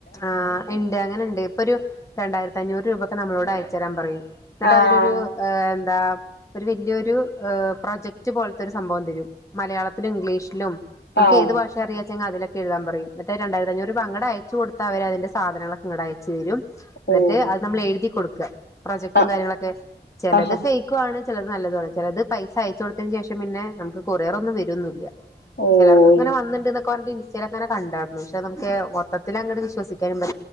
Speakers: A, on the left; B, on the left.
A: ആഹ് ഇണ്ട് അങ്ങനെണ്ട് ഇപ്പൊ ഒരു രണ്ടായിരത്തി അഞ്ഞൂറ് രൂപ ഒക്കെ നമ്മളോട് അയച്ചരാൻ പറയും എന്നിട്ട്
B: ആഹ്
A: അവരൊരു ങ് എന്താ ഒര് വല്യൊരു ഏ പ്രൊജക്ട് പോൽത്താെര് സംഭവം തരും മലയാളത്ത്ല് ഇംഗ്ലീഷ്ലും നമ്ക്ക്
B: ആഹ്
A: ഏത് ഭാഷെ അറിയാ ചെങ്ങാ അതിലെക്കെ എഴ്താം പറയും ന്നട്ടത് രണ്ടായ്ത്തഞ്ഞൂറ് രൂപ അങ്ങടയ് ച്ച് കൊട്ത്ത അവരതിന്റെ സാധനങ്ങളൊക്കെങ്ങടയച്ച് തെരും ന്ന്ട്ട്
B: ഓഹ്
A: അത് നമ്മളെഴ്തി കൊടു ക്ക പ്രൊജക്ടും
B: ആഹ്
A: കാര്യങ്ങളൊക്കെ ചിലത്
B: ആഹാ
A: ഫെയ്ക്കാണ് ചിലത് നല്ലതാണ് ചിലത് പൈസ അയച്ച് കൊടുത്തതിന് ശേഷം പിന്നെ നമക്ക് കൊറിയറൊന്നും വരൊന്നുംല്ല
B: ഓഹ്
A: ചിലർക്കങ്ങനെ വന്നിണ്ട് ന്നൊ ഇൻസ്റ്റഗങ്ങനെ കണ്ടായിടു പക്ഷെ നുക്ക് <unintelligible> തിലങ്ങട് വിശ്വസിക്കാനും